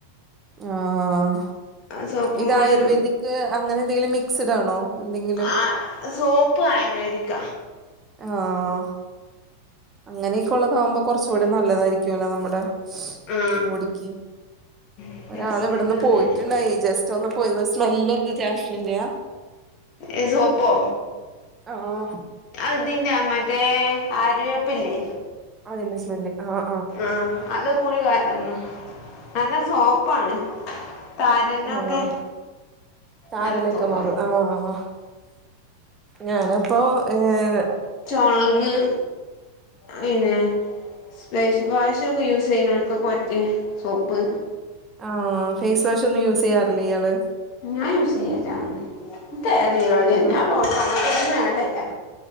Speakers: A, on the right (about 20°); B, on the left (about 40°).
A: ആഹ്
B: ആ സോപ്പും
A: ഇത്
B: പൊടി
A: ആയുർവേദിക് അങ്ങനെ എന്തെങ്കിലും മിക്സ്ഡ് ആണോ? എന്തെങ്കിലും
B: ആഹ്, സോപ്പ് ആയുർവേദിക്ക.
A: ആഹ് അങ്ങനെയൊക്കെ ഉള്ളതാകുമ്പോ കൊറച്ചും കൂടി നല്ലതായിരിക്കുവല്ലോ നമ്മടെ.
B: ആ
A: ബോടിക്ക്ക്ക്യയ്
B: എൻ്റെ
A: ഒരാള്
B: ഹസ്ബൻഡ്
A: ഇവിടുന്ന്
B: പറഞ്ഞാണ്
A: പോയിട്ടുണ്ടായി ജസ്റ്റ് സ്റ്റൊന്ന് പോയിരുന്നു. സ്മെല്ല് എന്ത് ജാസ്മിന്റെയാ?
B: ഏ സോപ്പോ?
A: ആഹ്
B: അത്‌ തിന്റാ മറ്റേ ആ വേപ്പ് ല്ലേ,
A: അതിന്റെ സ്മെല്ല് ആഹ്
B: ആഹ് അത് കൂടി കലർന്നാ, നല്ല സോപ്പാണ്. താരനൊക്കെ
A: ആഹ് താരനോക്കെ
B: നല്ല സോപ്പാണ്
A: മറും ആഹ് ഞാന് പ്പോ ഏഹ്
B: ചോളങ്ങ് പിന്നെ സ്പഷ് വാഷൊക്കെ യൂസ് ചെയ്യുന്നോൽകക്ക പറ്റെ സോപ്പ്
A: ആഹ് ഫേസ് വാഷ് ഒന്നും യൂസ് ചെയ്യാറില്ല ഇയാള്
B: ഞാൻ യൂസ് ചെയ്യല്ലന്നും ഇക്ക് അയാതി പരുപാടി
A: ആഹ്
B: ഞാൻ അങ്ങട്ടൊന്നും ഞാൻ ഇടല്ല